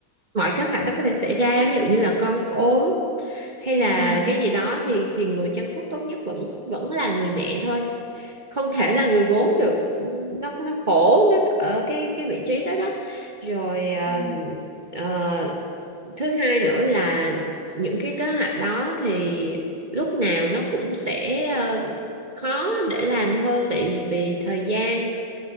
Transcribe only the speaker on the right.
mọi kế hoạch đó có thể xảy ra
ví dụ như là con ốm hay là
cái gì đó thì thì người chăm sóc tốt nhất vẫn vẫn là người mẹ thôi không
thể
là
người bố
được Ừ, nó nó khổ nó ở cái cái vị trí đó đó rồi ờ,
ờ, thứ hai nữa là những cái kế hoạch đó thì lúc nào nó cũng sẽ ờ, khó để làm hơn tại vì thời gian